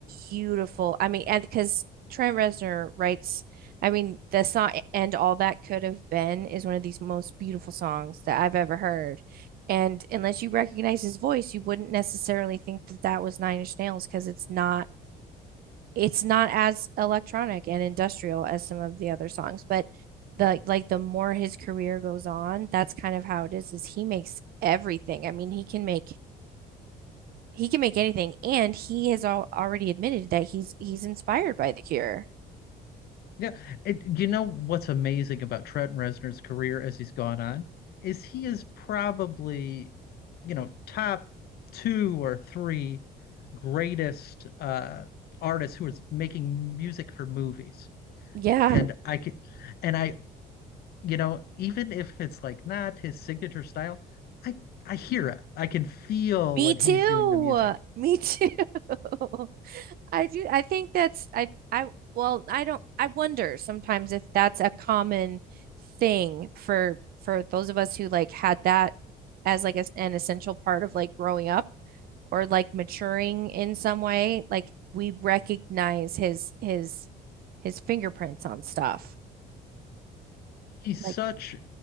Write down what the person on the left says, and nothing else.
Yeah, and you know what's amazing about Trent Reznor's career as he's gone on is he is probably, you know, top two or three greatest uh artists who is making music for movies.
And I can, and I, you know, even if it's like not his signature style, I I hear it. I can feel
when
he's doing the music.
He's such,